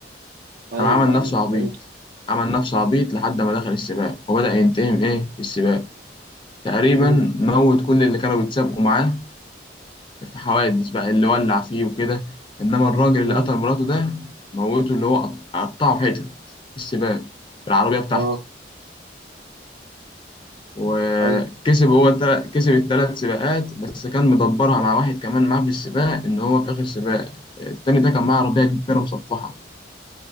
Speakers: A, on the right; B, on the left.
A: ايوه
B: قام عمل نفسه
A: ايوه
B: عبيط
A: فهمت
B: عمل نفسه عبيط لحد ما دخل السباق وبدأ ينتهم ايه السباق تقريبا
A: مم.
B: موت كل اللي كانوا بيتسابقوا معاه في حوادث بقى اللي ولع فيه وكده انما الراجل
A: مم.
B: اللي قتل مراته ده موته اللي هو قط- قطعه حتت في السباق بالعربيه بتاعته
A: اه
B: وكسب
A: ايوه
B: هو التل... كسب الثلاث سباقات بس كان مدبرها مع واحد كمان معاه في السباق ان هو في اخر سباق التاني ده كان معاه عربيه كبيره مصفحه